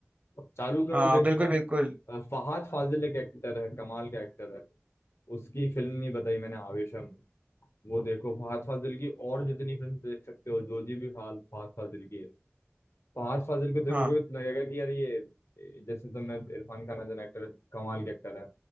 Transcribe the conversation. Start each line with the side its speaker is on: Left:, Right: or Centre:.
Left: चालू करो
Right: हाँ
Left: देखना
Right: बिल्कुल बिल्कुल
Left: अ, फहाद फाजिल एक एक्टर है कमाल का एक्टर है उसकी फिल्म नहीं बताई मैंने आवेशम वो देखो फहाद फाजिल की और जितनी फिल्म देख सकते हो जोजी भी फहाद फहाद फाजिल की है फहाद फाजिल को देखोगे
Right: हाँ
Left: तो लगेगा कि यार ये जैसे तुमने Irfan Khan as an actor कमाल के एक्टर है